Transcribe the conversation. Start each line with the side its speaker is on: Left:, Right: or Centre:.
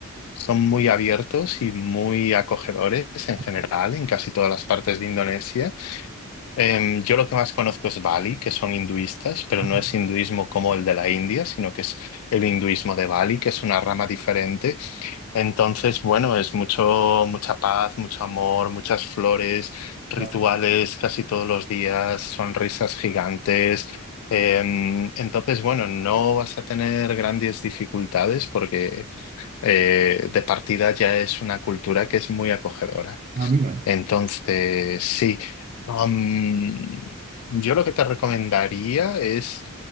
Left: son muy abiertos y muy acogedores en
Right: Ajá,
Left: general en casi todas las partes de Indonesia. Eh, yo lo que más conozco es Bali, que son hinduistas, pero
Right: ajá,
Left: no es hinduismo como el de la India, sino que es el hinduismo de Bali, que es una rama diferente entonces, bueno, es mucho, mucha paz, mucho amor, muchas flores, rituales
Right: claro.
Left: casi todos los días, sonrisas gigantes. Em, entonces, bueno, no vas a tener grandes dificultades porque eh, de partida ya es una cultura que es muy acogedora.
Right: Ah, mira.
Left: Entonces, sí. Am, yo lo que te recomendaría es,